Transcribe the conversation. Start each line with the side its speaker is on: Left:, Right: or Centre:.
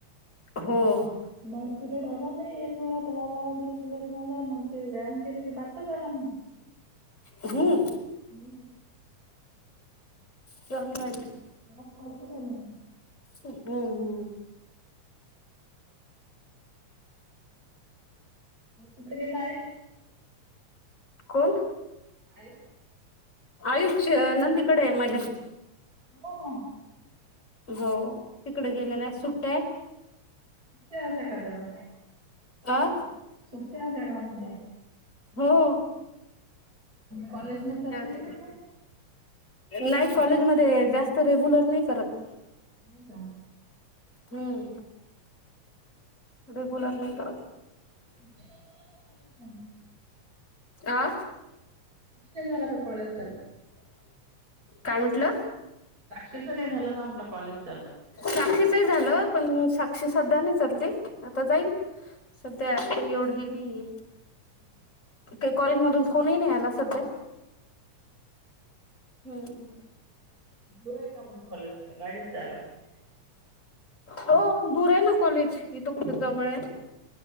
Left: हम.
Right: मग पिरियड आला नाही एक वेळा दहा बारा दिवस लेट झाला मग ते व्यायाम केले की बाततच झाला म्हण.
Left: हम्म.
Right: हम्म.
Left: चंगल
Right: म पडत ते म्हणून
Left: हम्म हम्म
Right: ह कुठं गेलं आहे.
Left: कोण
Right: आ
Left: आयुष्य नंदीकडे माझ्या
Right: हो हो
Left: हो तिकड गेलेला सुट्ट्या
Right: का तला
Left: अ
Right: सत्या त्या का म्हून
Left: हो
Right: कॉलेज
Left: सुट्ट्या
Right: मध्ये जात नाही
Left: होत्या
Right: का ते?
Left: नाही कॉलेजमध्येध्ये जास्त रेग्युलर नाही करत.
Right: हो का
Left: हम्म रेग्युलर नाही तरर
Right: ते तर कॉलेज चाल
Left: आ
Right: अ झाला कॉलेज चालू.
Left: काय म्हटलं.
Right: साक्षस नाही झालं का म्हटला कॉलेज चालू.
Left: साक्षीचही झालं पण साक्षी सध्या नाही चालली आता जाईल. सध्यां एवढंही नाहीये.
Right: हम्म
Left: त्या कॉलेज मधून फोननाही आला सध्या हम्.
Right: दूर आहे का मग कॉलेज का गाडीच जा लागते.
Left: हो दूर आहे ना कॉलेज इथं कुठे जवळ आहे.